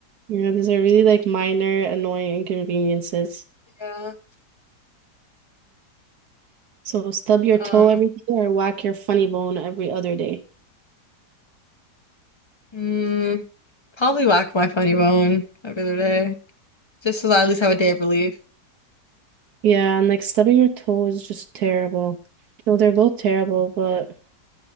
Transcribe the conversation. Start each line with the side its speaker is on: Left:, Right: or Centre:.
Right: Yeah, these are really like minor annoying inconveniences.
Left: Yeah.
Right: So stub your toe
Left: Um.
Right: every day or whack your funny bone every other day.
Left: mm, probably whack my funny bone every other day, just so that I at least have a day of relief.
Right: Yeah, and like stubbing your toe is just terrible. No, they're both terrible, but